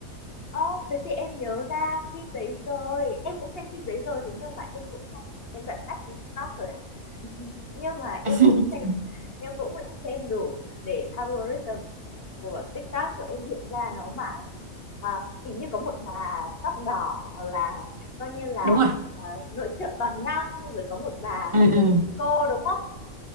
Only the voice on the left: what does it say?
Ơ, thế thì em nhớ ra phim đấy rồi. Em cũng xem phim đấy rồi, thế nhưng mà em cũng hay xem đoạn cắt trên TikTok rồi à. <laughs> Nhưng mà em
cũng xem, em cũng đã xem đủ để algorithm của TikTok của em hiện ra nó mãi. À, hình như có một bà tóc đỏ là coi như là
ờ, nội trợ toàn năng, rồi có một bà là
người
Mexico đúng không? <laughs>